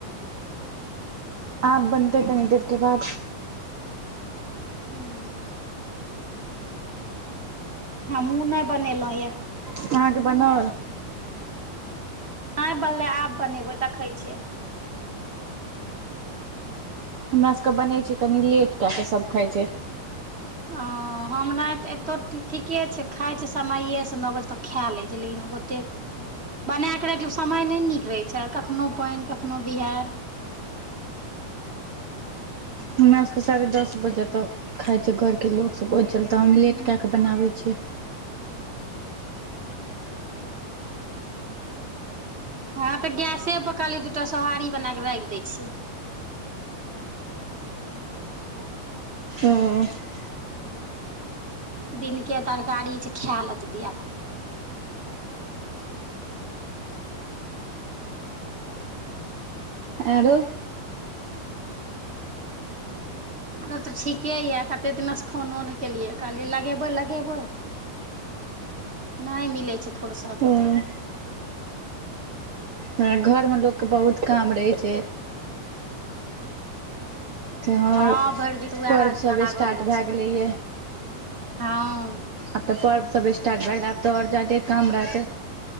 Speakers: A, on the right; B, on the right.
A: आप बनतै कनी देर के बाद
B: हँ हमहुँ नइ बनेलहुॅं यऽ
A: अहाँके बनोल
B: <unintelligible> बनलै आब बनेबै देखै छियै
A: हमरा सभके बनै छै कनि लेट कए कऽ सभ खाइ छै
B: ओ हमरा तऽ एतऽ ठीके छै खाइ छै समयएसँ नओ बजे तक खा लै छै लेकिन <unintelligible> तेक बनाकऽ राखि लिय समय नहि नीक रहै छै कखनो पैन कखनो बिहैर
A: हमराासके साढ़े दस बजे तक खाइ छैिय घरके लोक सब ओहि चल तऽ हम लेट
B: हँ
A: कए कऽ बनाबै छियै <inaudible>
B: हँ तऽ गैसे पर कहलियै दू टा सोहारी बना कऽ रैख दै छियै <inaudible>
A: ओ
B: <unintelligible> दिनके तरकारी छै खाय लेत धिया पुता <inaudible> <inaudible>
A: आरो
B: अरो तऽ ठीके यऽ कतेक दिनासँ फोनो नै केलियै कहलियै लगेबै लगेबै नाय मिलै छै फुरसत ओतेक
A: ओ हं घर मे लोक के बहुत काम रहै छै त्यौहार
B: हँ भैर दिन त उएह
A: पर्वसभ
B: काज रहै
A: स्टार्ट भए
B: छै
A: गेलैए
B: हँ
A: आब तऽ पर्व सब स्टार्ट भए गेलै आब तऽ ओर जादे काम रहते